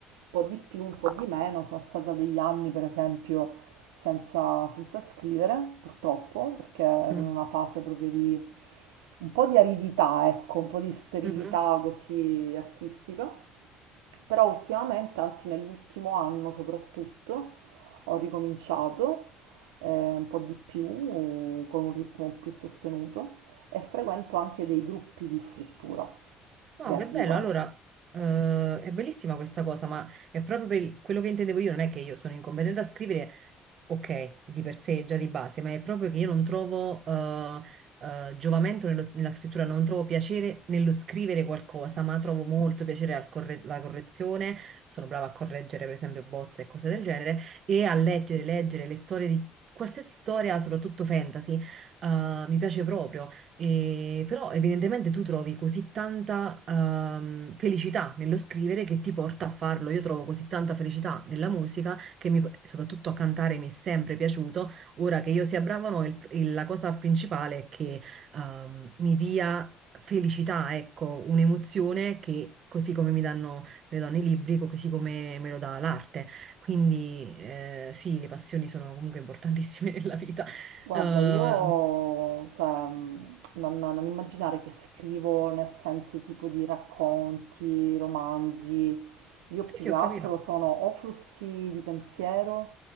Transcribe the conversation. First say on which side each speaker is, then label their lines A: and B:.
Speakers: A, on the right (about 85°); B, on the right (about 60°).
A: po' di più, un po' di meno, sono stata degli anni per esempio senza, senza scrivere purtroppo, perché ero
B: Mm,
A: in una fase proprio di un po' di aridità, ecco, un po' di sterilità
B: mhm.
A: così artistica. Però ultimamente, anzi nell'ultimo anno soprattutto, ho ricominciato eh, un po' di più, con un ritmo più sostenuto, e frequento anche dei gruppi di scrittura
B: Wow,
A: creativa.
B: che bello. Allora, eh, è bellissima questa cosa, ma è proprio per il- quello che intendevo io, non è che io sono incompetente a scrivere, ok, di per sé già di base, ma è proprio che io non trovo eh, eh, giovamento nello- nella scrittura, non trovo piacere nello scrivere qualcosa, ma trovo molto piacere alla corre- alla correzione. Sono brava a correggere, per esempio, bozze e cose del genere, e a leggere, leggere le storie di qualsiasi storia, soprattutto fantasy, eh, mi piace proprio. E però evidentemente tu trovi così tanta ehm, felicità nello scrivere che ti porta a farlo. Io trovo così tanta felicità nella musica che mi- soprattutto a cantare mi è sempre piaciuto. Ora che io sia brava o no, il- il- la cosa principale è che ehm, mi dia felicità, ecco, un'emozione che così come mi danno, me lo danno i libri, così come me lo dà l'arte. Quindi eh, sì, le passioni sono comunque importantissime <laughs> nella vita.
A: Guarda,
B: Eh,
A: io, cioè, mh, non, non immaginare che scrivo nel senso tipo di racconti, romanzi, io più
B: sì, sì,
A: che
B: ho
A: altro
B: capito.
A: sono o flussi di pensiero,